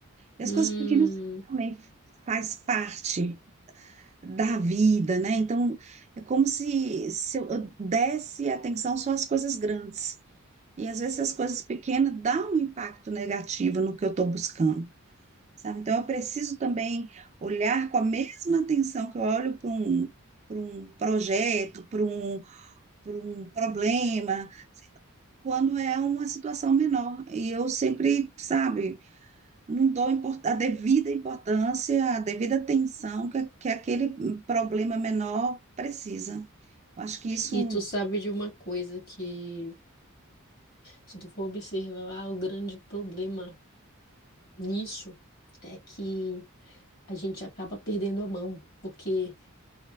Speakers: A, on the right; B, on the left.
A: E
B: Hum,
A: as coisas pequenas também faz parte da vida, né? Então, é como se, se eu eu desse atenção só às coisas grandes. E às vezes as coisas pequenas dão um impacto negativo no que eu estou buscando, sabe? Então, eu preciso também olhar com a mesma atenção que eu olho para um, para um projeto, para um, para um problema quando é uma situação menor. E eu sempre, sabe, não dou import- a devida importância, a devida atenção que, que aquele problema menor precisa. Eu acho que isso.
B: e tu sabe de uma coisa que, se tu for observar, o grande problema nisso é que a gente acaba perdendo a mão, porque